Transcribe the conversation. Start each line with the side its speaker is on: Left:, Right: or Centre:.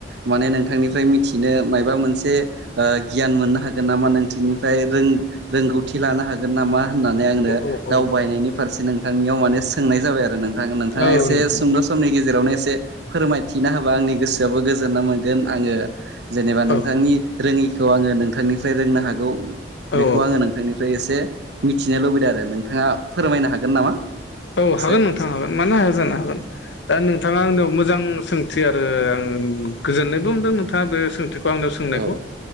Right: माने नोंथांनिफ्राय मिथिनो मायबा मोनसे ओ गियान मोननो हागोन नामा नोंथिनिफ्राय रों-रोंगौथि लानो हागोन नामा होननानै आंनो
Left: औ औ
Right: दावबायनायनि फारसे नोंथांनियाव माने सोंनाय जाबाय आरो नों थां नोंथाङा
Left: औ औ
Right: एसे
Left: नोंथां
Right: सुंद' समनि गेजेरावनो एसे फोरमायथिना होबा आंनि गोसोआवबो गोजोननाय मोनगोन आङो जेनेबा नोंथांनि
Left: औ
Right: रोङिखौ आङो नोंथांनिफ्राय रोंनो हागौ
Left: औ
Right: बेखौ
Left: औ
Right: आङो नोंथांनिफ्राय एसे मिथिनो लुबैदों आरो नोंथाङा फोरमायनो हागोन नामा
Left: औ
Right: एसे?
Left: हागोन नोंथां हागोन मानो हाया जानो हागोन दा नोंथाङा आंनियाव मोजां सोंथि आरो आं गोजोननायबो मोनदों नोंथाङा बे सोंथिखौ आंनियाव सोंनायखौ
Right: औ